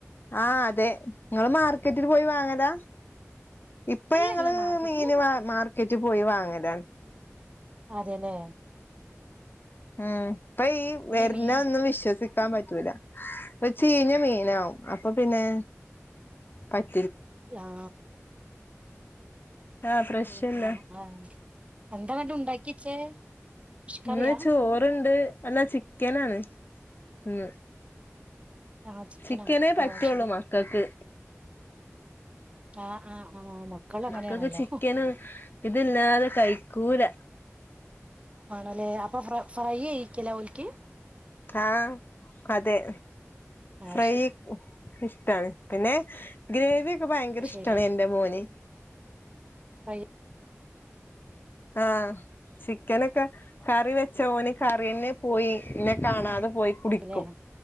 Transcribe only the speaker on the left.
ആാ അതെ നിങ്ങള് മാർക്കറ്റില് പോയി വാങ്ങാലാ ഇപ്പം
ഞങ്ങള്
മീന് മാ മാർക്കറ്റി പോയി വാങ്ങലാ
ഉം ഇപ്പോ ഈ വെര്ന്നെ
ഒന്നും വിശ്വസിക്കാൻ പറ്റൂല്ലാ ഇപ്പം ചീഞ്ഞ മീനാവും അപ്പം പിന്നെ പറ്റ്
ആഹ് ഫ്രഷല്ല
ഇന്ന് ചോറൊണ്ട് അല്ലാ ചിക്കനാണ് ഇന്ന്
ചിക്കനേ പറ്റൊള്ളു
മക്കാക്ക്
മക്കാക്ക് ചിക്കന് ഇതില്ലാതെ കഴി കൂലാ
ആഹ് അതെ
ഫ്രൈ
ഇഷ്ടാണ് പിന്നെ ഗ്രേവിയെക്കെ ഭയങ്കര
ഇഷ്ടാണ് എൻ്റെ മോന്
ആഹ ചിക്കനൊക്കെ കറി വെച്ച ഓന് കറിന്നെ പോയി ഇന്നെ കാണാത പോയി കുടിക്കും